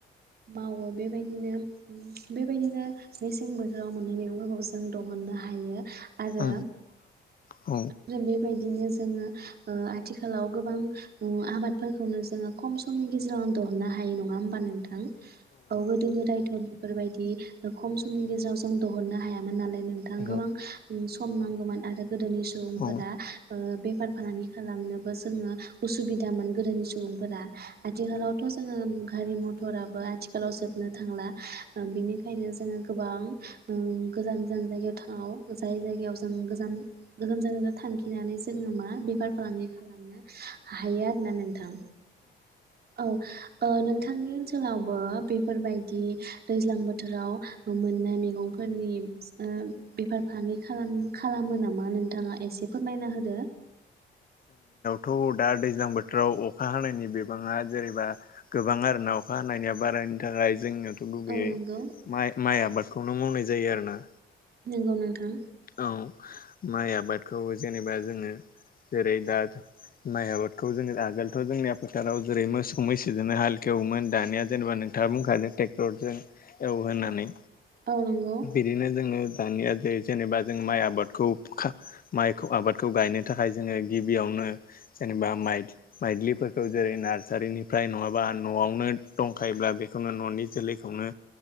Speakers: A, on the right; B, on the left.
A: मावो बेबायदिनो ओम बेबायदिनो मेसें बो थोराव मोननाय मैगंफोरखौबो जों दहननो हायो। आरो
B: औ औ
A: जों बे बाय दिनो जोङो ओ आथि खालाव गोबां ओ आबाद फोरखौनो जोङो खम समनि गेजेरावनो दहननो हायो नङा होमबा नोंथां औ गोदो गोदायथ' बेफोरबायदि ओ खम समनि गेजेराव जों दहननो हायामोन होननानै नोंथां
B: औ
A: गोबां ओं सम नांगोमोन आरो गोदोनि सुबुंफोरा
B: औ
A: ओ बेफार फालांगि खालामनो बो जोङो उसुबिदामोन गोदोनि सुबुं फोरा आथिखालावथ' जोङो गारि म टराबो आथिखालाव जो बनो थांला। ओ बिनि खायनो जोङो गोबां ओं गोजान गोजान जायगायाव थाङाव जाय जायगायाव ओं गोजान <unintelligible> नानै जो ङो मा बेफार फालांगि खालामनो हायो आरोना नोंथां। औ ओ नों थांनि ओनसोलावबो बेफोरबायदि दैज्लां बोथोराव मोननाय मैगं फोरनि ओ बेफार फालांगि खालाम-खालामो नामा नोंथाङा एसे फोरमायना होदो।
B: थ' दा दैज्लां बोथोराव अखा हानायनि बिबाङा जेरैबा गोबां आरो ना अखा हानायनिया बारायनो थाखाय जोंङो गुबैयै
A: औ नंगौ।
B: माइ-माइ आबाद खौनो मावनाय जायो आरो ना।
A: नोंगौ नोंथां।
B: औ, माइ आबादखौ जेनेबा जोङो जेरै दा माइ आबादखौ जोङो आगोलथ' जोंनिया फोथाराव जेरै मोसौ मैसोजोंनो हालखो एवोमोन दानिया जेनेबा नोंथाङा बुंखादों टेक्टरजों एवो होननानै
A: औ नंगौ
B: बिदिनो जोङो <unintelligible> जेनेबा जों माइ आबादखौ खा माइखौ आबादखौ गायनो थाखाय जोङो गिबियावनो जेनेबा माइ-माइद्लिफोरखौ जेरै नार्सारिनिफ्राय नङाबा न'आवनो दंखायोब्ला बेखौनो न'नि जोलैखौनो